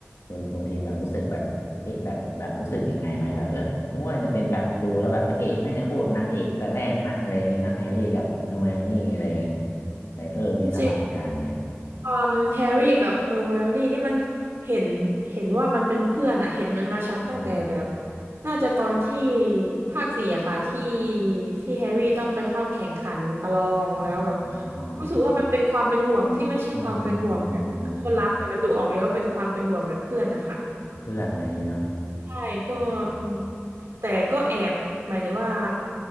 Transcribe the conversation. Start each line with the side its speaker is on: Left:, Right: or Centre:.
Left: คุณคุณพิมพ์แบบรู้สึกแบบเอ๊ะแบบแบบรู้สึกยังไงไหมแบบเออนึกว่าจะเป็นแบบดูแล้วแบบพระเอกน่าจะคู่กับนางเอกแต่แรกนะอะไรอย่างงี้นะแฮร์รี่กับเฮอร์ไมโอนี่อะไรเงี้ยแต่เออมีสลับกันเนี่ย
Right: จริงๆความแฮร์รี่กับเฮอร์ไมโอนี่นี่มันเห็นเห็นว่ามันเป็นเพื่อนอะเห็นมันมาชัดตั้งแต่แบบ
Left: อืม
Right: น่าจะตอนที่ภาคสี่อะค่ะที่ที่แฮร์รี่ต้องไปเข้าแข่งขันประลองแล้วแบบ
Left: อ๋อ
Right: รู้สึกว่ามันเป็นความเป็นห่วงที่ไม่ใช่ความเป็นห่วงแบบคนรักแต่มันดูออกเลยว่าเป็นความเป็นห่วงแบบเพื่อนนะคะ
Left: อ๋ออ๋ออ๋ออ๋อเพื่อนอะไรอย่างงี้เนาะ
Right: ใช่ก็อืม
Left: อืม
Right: แต่ก็แอบหมายถึงว่า